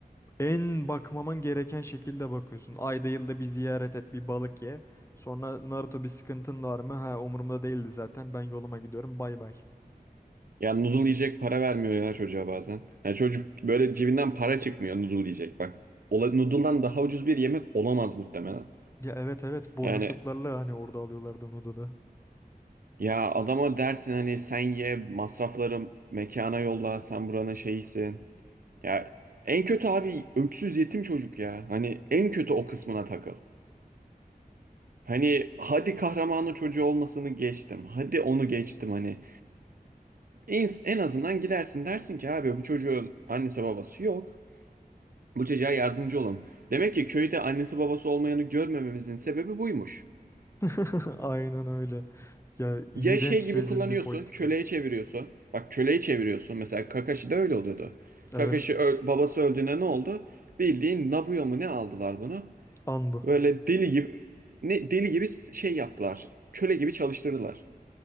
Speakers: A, on the left; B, on the right.
A: En bakmaman gereken şekilde bakıyorsun. Ayda yılda bir ziyaret et, bir balık ye. Sonra Naruto bir sıkıntın var mı? Ha umurumda değildi zaten. Ben yoluma gidiyorum. Bay bay.
B: Ya noodle yiyecek para vermiyor ya çocuğa bazen. Yani çocuk böyle cebinden para çıkmıyor noodle yiyecek. Bak ola- noodle'dan daha ucuz bir yemek olamaz muhtemelen.
A: Ya evet evet bozukluklarla
B: Yani
A: hani orada alıyorlardı Noodle'ı.
B: ya adama dersin hani sen ye masrafları mekana yolla sen buranın şeyisin. Ya en kötü abi öksüz yetim çocuk ya. Hani en kötü o kısmına takıl. Hani hadi kahramanı çocuğu olmasını geçtim. Hadi onu geçtim hani. En, en azından gidersin dersin ki abi bu çocuğun annesi babası yok. Bu çocuğa yardımcı olalım. Demek ki köyde annesi babası olmayanı görmememizin sebebi buymuş.
A: <laughs> Aynen öyle. Ya iğrenç
B: Ya şey gibi
A: rezil
B: kullanıyorsun,
A: bir politika.
B: köleye çeviriyorsun. Bak köleye çeviriyorsun. Mesela Kakashi de öyle oluyordu.
A: Evet
B: Kakashi ö- babası öldüğünde ne oldu? Bildiğin Nabuya mı ne aldılar bunu?
A: an bu.
B: Böyle deli gibi ne deli gibi şey yaptılar. Köle gibi çalıştırdılar.